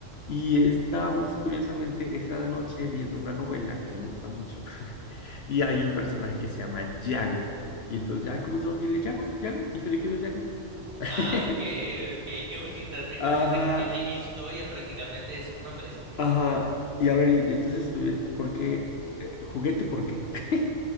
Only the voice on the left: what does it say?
Y estábamos curiosamente esa noche viendo una novela que me gusta mucho <laughs> y hay un personaje que se llama Yago. Y entonces ya comenzamos a decirle Yago, Yago, y se le quedó Yago. <laughs>
Ajá,
ajá. Y a ver, y entonces estuve, ¿por qué? Eh, ¿juguete por qué? <laughs>